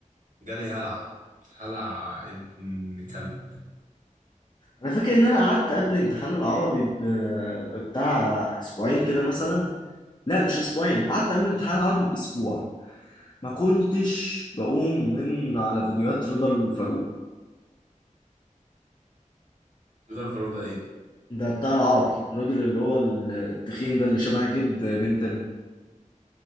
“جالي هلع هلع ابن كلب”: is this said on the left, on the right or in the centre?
Right